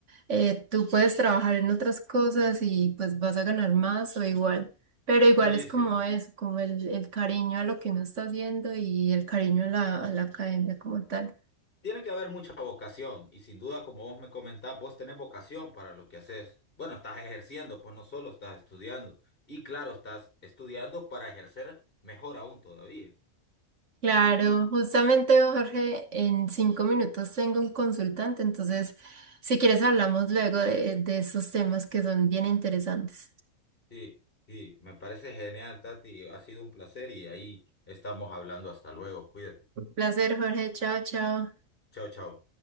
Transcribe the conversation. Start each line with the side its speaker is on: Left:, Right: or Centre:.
Right: eh, tú puedes trabajar en otras cosas y pues vas a ganar más o igual, pero igual
Left: Sí,
Right: es como
Left: sí.
Right: eso, como el, el cariño a lo que uno está haciendo y el cariño a la, a la academia como tal.
Left: Tiene que haber mucha vocación y sin duda, como vos me comentás, vos tenés vocación para lo que haces. Bueno, estás ejerciendo, pues no solo estás estudiando. Y claro, estás estudiando para ejercer mejor aún todavía.
Right: Claro, justamente Jorge, en cinco minutos tengo un consultante, entonces si quieres hablamos luego de, de esos temas que son bien interesantes.
Left: Sí, sí, me parece genial, Tati. Ha sido un placer y ahí estamos hablando. Hasta luego, cuídate.
Right: Placer, Jorge, chao, chao.
Left: Chao, chao.